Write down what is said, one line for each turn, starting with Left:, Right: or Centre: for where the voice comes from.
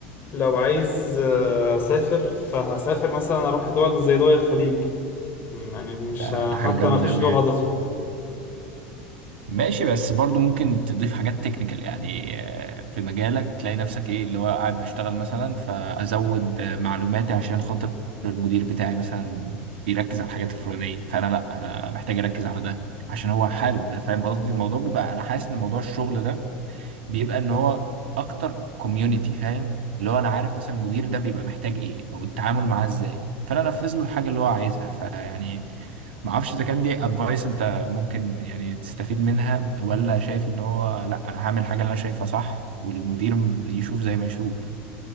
Left: لو عايز آه، اسافر فهسافر مثلا اروح دول زي دول الخليج يعني مش
Right: ده,
Left: ه-
Right: ده
Left: حتى
Right: حاجة جامدة
Left: ما فيش
Right: قوي
Left: لغه
Right: يعني
Left: اضيفها
Right: ماشي بس برضو ممكن تضيف حاجات تكنيكال يعني آه، في مجالك تلاقي نفسك ايه اللي هو قاعد بشتغل مثلا فازود آه، معلوماتي عشان خاطر المدير بتاعي مثلا بيركز على الحاجات الفلانية فانا لا انا محتاج اركز على ده عشان هو حابب ده فاهم قصدي الموضوع بيبقى انا حاسس ان موضوع الشغل ده بيبقى ان هو اكتر كوميونتي فاهم اللي هو انا عارف مثلا المدير ده بيبقى محتاج ايه او التعامل معاه ازاي فانا انفذ له الحاجه اللي هو عايزها فيعني ما اعرفش اذا كان دي ادفايس انت ممكن يعني تستفيد منها ولا شايف ان هو لا انا هعمل الحاجه اللي انا شايفها صح والمدير يشوف زي ما يشوف